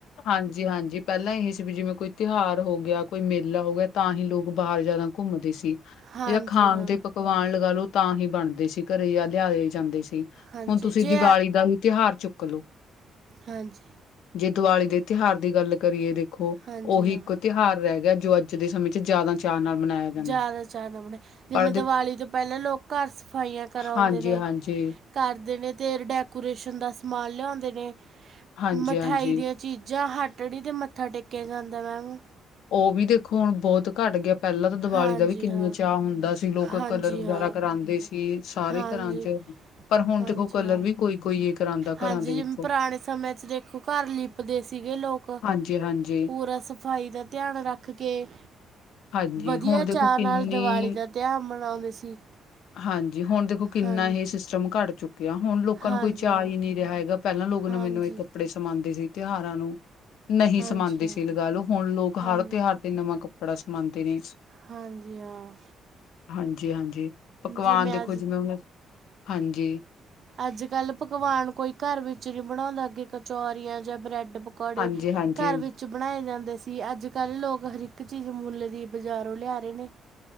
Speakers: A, on the left (about 80°); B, on the right (about 55°).
A: ਹਾਂਜੀ- ਹਾਂਜੀ ਪਹਿਲਾਂ ਇਹੀ ਸੀ ਵੀ ਜਿਵੇਂ ਕੋਈ ਤਿਉਹਾਰ ਹੋ ਗਿਆ ਕੋਈ ਮੇਲਾ ਹੋ ਗਿਆ ਤਾਂ ਹੀ ਲੋਕ ਬਾਹਰ ਜ਼ਿਆਦਾ ਘੁੰਮਦੇ ਸੀ
B: ਹਾਂਜੀ
A: ਜਾਂ ਖਾਣ
B: ਹਾਂ
A: ਦੇ ਪੱਕ ਪਵਾਨ ਲਗਾ ਲਓ ਤਾਂ ਹੀ ਬਣਦੇ ਸੀ ਘਰੇ ਜਾਂ ਲਿਆ ਜਾਂਦੇ ਸੀ
B: ਹਾਂਜੀ
A: ਹੁਣ ਤੁਸੀਂ
B: ਜੇ
A: ਦੀਵਾਲੀ ਦਾ ਹੀ ਤਿਉਹਾਰ ਚੁੱਕ ਲੋ
B: ਹਾਂਜੀ।
A: ਦੀਵਾਲੀ ਦੇ ਤਿਉਹਾਰ ਦੀ ਗੱਲ ਕਰੀਏ ਦੇਖੋਂ
B: ਹਾਂਜੀ
A: ਉਹੀ
B: ਹਾਂ,
A: ਇੱਕ ਤਿਉਹਾਰ ਰਹਿ ਗਿਆ ਜੋ ਅੱਜ ਦੇ ਸਮੇਂ ਚ ਜ਼ਿਆਦਾ ਚਾਅ ਨਾਲ ਮਨਾਇਆ ਜਾਂਦਾ।
B: ਜ਼ਿਆਦਾ ਚਾਆ ਨਾ ਮਨਾਇਓਚਬਣਾ
A: ਪਰ
B: ਜਿਵੇਂ ਦੀਵਾਲੀ ਤੋਂ ਪਹਿਲਾਂ ਲੋਕ ਘਰ ਸਫਾਈਆਂ- ਕਰਾਉਂਦੇ
A: ਹਾਂਜੀ-
B: ਨੇ,
A: ਹਾਂਜੀ।
B: ਕਰਦੇ ਨੇ ਤੇ ਡੈਕੋਰੇਸ਼ਨ ਦਾ ਸਮਾਨ ਲਿਆਉਂਦੇ ਨੇ
A: ਹਾਂਜੀ-ਹਾਂਜੀ
B: ਮਿਠਾਈ ਦੀਆਂ ਚੀਜ਼ਾਂ ਹੱਟੜੀ ਤੇ ਮੱਥਾ ਟੇਕਿਆ ਜਾਂਦਾ ਮੈਮ
A: ਉਹ ਵੀ ਦੇਖੋਂ ਹੁਣ ਬਹੁਤ ਘੱਟ ਗਿਆ ਪਹਿਲਾਂ ਤਾਂ ਦੀਵਾਲੀ
B: ਹਾਂਜੀ
A: ਦਾ ਵੀ ਕਿੰਨਾ
B: ਹਾਂ,
A: ਚਾਅ ਹੁੰਦਾ ਸੀ ਲੋਕ
B: ਹਾਂਜੀ
A: ਕਲਰ ਵਗੈਰਾ
B: ਹਾਂ,
A: ਕਰਾਂਦੇ ਸੀ ਸਾਰੇ
B: ਹਾਂਜੀ।
A: ਘਰਾਂ 'ਚ 'ਪਰ ਹੁਣ
B: ਹਾਂਜੀ
A: ਦੇਖੋਂ ਕਲਰ
B: ਹਾਂ,
A: ਵੀ ਕੋਈ- ਕੋਈ ਉਹ ਕਰਾਂਦਾ
B: ਹਾਂਜੀ
A: ਘਰਾਂ ਦੇ
B: ਜਿਵੇਂ
A: ਵਿੱਚ
B: ਪੁਰਾਣੇ ਸਮੇਂ 'ਚ ਦੇਖੋ ਘਰ ਲਿਪਦੇ ਸੀਗੇ ਲੋਕ
A: ਹਾਂਜੀ ਹਾਂਜੀ
B: ਪੂਰਾ ਸਫ਼ਾਈ ਦਾ ਧਿਆਨ ਰੱਖ ਕਿਉਂਕਿ
A: ਹਾਂਜੀ
B: ਵਧੀਆ
A: ਹੁਣ
B: ਚਾਅ
A: ਦੇਖੋ ਕਿੰਨੀ
B: ਨਾਲ ਦਿਵਾਲੀ ਦਾ ਤਿਉਹਾਰ ਮਨਾਉਂਦੇ ਸੀ।
A: ਹਾਂਜੀ, ਹੁਣ ਦੇਖੋ ਕਿੰਨਾ
B: ਹਾਂਜੀ,
A: ਇਹ ਸਿਸਟਮ ਘੱਟ ਚੁੱਕਾ। ਕਿਹਾ। ਹੁਣ ਲੋਕਾਂ
B: ਹਾਂਜੀ
A: ਨੂੰ ਕੋਈ ਚਾਅ
B: ਹਾਂ,
A: ਹੀ ਨਹੀਂ ਰਿਹਾ ਹੈਗਾ। ਪਹਿਲਾਂ ਲੋਕ
B: ਹਾਂਜੀ।
A: ਨਵੇਂ-ਨਵੇਂ ਕੱਪੜੇ ਸਮਾਉਂਦੇ ਸੀ ਤਿਉਹਾਰਾਂ ਨੂੰ। ਨਹੀਂ
B: ਹਾਂਜੀ
A: ਸਮਾਂਦੇ
B: ਹਾਂ
A: ਸੀ ਲਗਾ ਲਓ। ਹੁਣ ਲੋਕ
B: ਹਾਂਜੀ
A: ਹਰ ਤਿਉਹਾਰ ਤੇ ਨਵਾਂ ਕੱਪੜਾ ਸਮਾਉਂਦੇ ਨੇ।
B: ਹਾਂਜੀ ਹਾਂ।
A: ਹਾਂਜੀ ਹਾਂਜੀ। ਪਕਵਾਨ
B: ਜੇ ਮੈਂ
A: ਦੇਖੋ ਜਿਵੇਂ ਹੁਣ ਹਾਂਜੀ।
B: ਅੱਜ-ਕੱਲ੍ਹ ਪਕਵਾਨ ਕੋਈ ਘਰ ਵਿੱਚ ਨੀ ਬਣਾਉਦਾ। ਅਗੇ ਕਚੋਰੀਆਂ ਜਾਂ ਬ੍ਰੈਡ ਪਕੌੜੇ
A: ਹਾਂਜੀ ਹਾਂਜੀ
B: ਘਰ ਵਿੱਚ ਵਿੱਚ ਬਣਾਏ ਜਾਂਦੇ ਸੀ। ਅੱਜ-ਕੱਲ੍ਹ ਲੋਕ ਹਰ ਇੱਕ ਚੀਜ਼ ਮੁੱਲ ਦੀ ਬਜ਼ਾਰੋਂ ਲਿਆ ਰਹੇ ਨੇ।